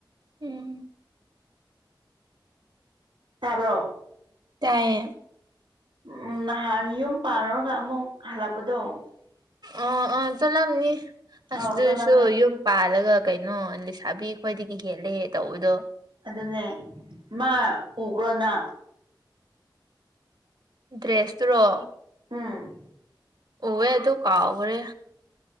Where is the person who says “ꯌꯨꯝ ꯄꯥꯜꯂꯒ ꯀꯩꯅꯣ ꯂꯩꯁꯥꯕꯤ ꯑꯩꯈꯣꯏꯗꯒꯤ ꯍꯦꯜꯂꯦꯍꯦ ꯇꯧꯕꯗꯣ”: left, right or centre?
Right